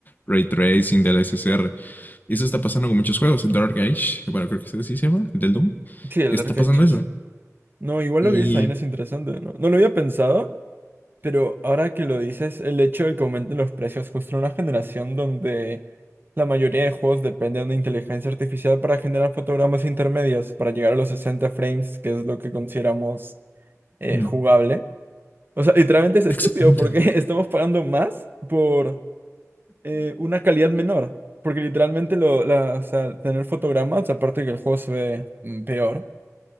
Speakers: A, on the left; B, on the right.
A: ray tracing del r y eso está pasando con muchos juegos. El Dark Age, bueno, creo que ese sí se llama, del Doom.
B: Sí, el
A: Está
B: Dark
A: pasando
B: Age
A: eso.
B: es- No, igual
A: Y.
B: lo que dices también es interesante, ¿no? No lo había pensado, pero ahora que lo dices, el hecho de que aumenten los precios justo en una generación donde la mayoría de juegos dependen de inteligencia artificial para generar fotogramas intermedios, para llegar a los 60 frames, que es lo que consideramos eh,
A: mm,
B: jugable. O sea, literalmente es estúpido
A: Exactamente.
B: porque <laughs> estamos pagando más por eh, una calidad menor. Porque literalmente lo, la, o sea, tener fotogramas, aparte que el juego se ve mm, peor,